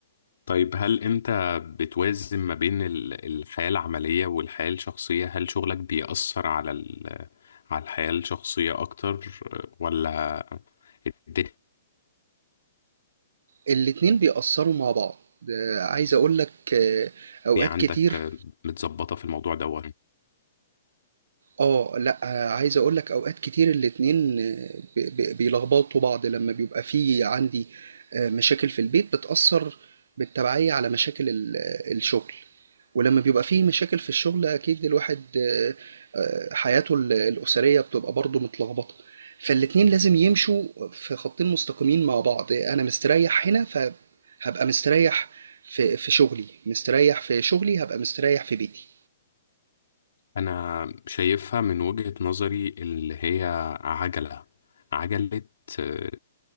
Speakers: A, on the left; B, on the right.
A: طيب هل انت بتوازن ما بين ال- الحياة العملية والحياة الشخصية هل شغلك بيأثر على ال... على الحياة الشخصية اكتر آه، ولا الدنيا
B: الاتنين بيأثروا مع بعض آه، عايز أقولك آه، أوقات
A: عندك
B: كتير
A: آه، متظبطة في الموضوع دوت
B: اه لا آه، عايز اقول لك اوقات كتير الاتنين آه، بي- بي- بيلخبطوا بعض لما بيبقى في عندي آه، مشاكل في البيت بتأثر بالتبعية على مشاكل ال- آه، الشغل ولما بيبقى في مشاكل في الشغل اكيد الواحد آه، آه، حياته ال- الأسرية بتبقى برضه متلخبطة فالاتنين لازم يمشوا في خطين مستقيمين مع بعض انا مستريح هنا فهبقى مستريح في في شغلي مستريح في شغلي هبقى مستريح في بيتي
A: انا شايفها من وجهة نظري اللي هي عجلة عجلة آه،